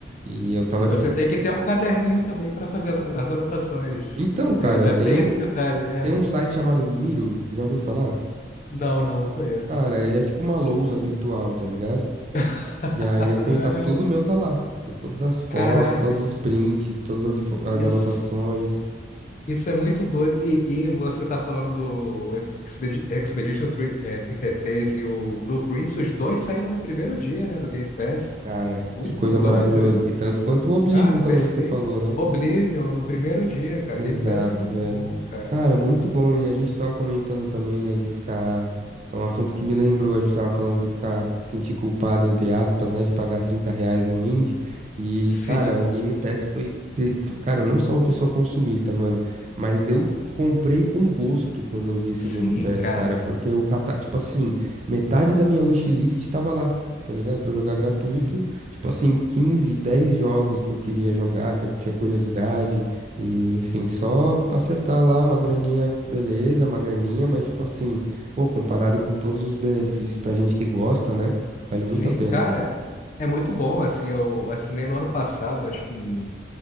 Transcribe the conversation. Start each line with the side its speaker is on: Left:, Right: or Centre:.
Right: E eu tava
Left: E você
Right: tipo,
Left: tem que ter um caderninho também para fazer as anotações.
Right: então, cara,
Left: né? Ainda
Right: eu tenho,
Left: tem esse detalhe. é.
Right: tem um site chamado Miro, já ouviu falar?
Left: Não, não, não conheço.
Right: Cara, ele é tipo uma lousa virtual, tá ligado?
Left: <laughs>
Right: E aí eu
Left: Caraca,
Right: tenho, tá tudo meu, tá lá. Tem todas as fotos,
Left: caraca,
Right: todos
Left: cara.
Right: os prints, todas as, info- as
Left: isso,
Right: anotações.
Left: isso é muito doido. E, e você tá falando do Expedi- Expedition tri- eh, 33 e três e o Blue Prince, os dois saíram no primeiro dia, né, do Game Pass.
Right: Cara,
Left: Muito
Right: que coisa
Left: doido
Right: maravilhosa.
Left: aí.
Right: E tanto quanto o Oblivion
Left: Cara,
Right: também
Left: perfeito.
Right: que você falou, né?
Left: Oblivion no primeiro dia, cara.
Right: Exato,
Left: Game Pass é muito
Right: velho.
Left: bom, cara.
Right: Cara, muito bom.
Left: Assim,
Right: E a gente tava comentando também, né, de ficar. Foi um assunto que me lembrou. A gente tava falando de ficar sentir culpado, entre aspas, né, de pagar 30 reais no indie. E,
Left: Sim,
Right: cara, o Game Pass foi. pre- fo- Cara, eu não sou uma pessoa consumista, mano, mas eu. Comprei com gosto quando eu vi esse
Left: sim,
Right: Game Pass,
Left: cara.
Right: cara, porque o cata, tipo assim, metade da minha wishlist tava lá, tá ligado? Pra eu jogar gratuito,
Left: Sim,
Right: tipo assim, 15 10 jogos que eu queria jogar, que eu tinha curiosidade, e, enfim, só acertar lá uma graninha, beleza, uma graninha, mas tipo assim, pô, comparado com todos os benefícios pra gente que gosta, né? Vale
Left: sim.
Right: muito a pena.
Left: Cara, é muito bom, assim, eu assinei no ano passado, acho que